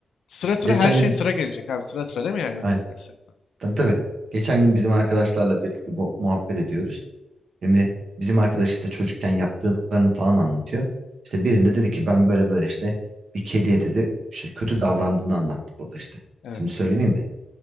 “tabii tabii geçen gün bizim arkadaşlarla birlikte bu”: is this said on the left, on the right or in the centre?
Right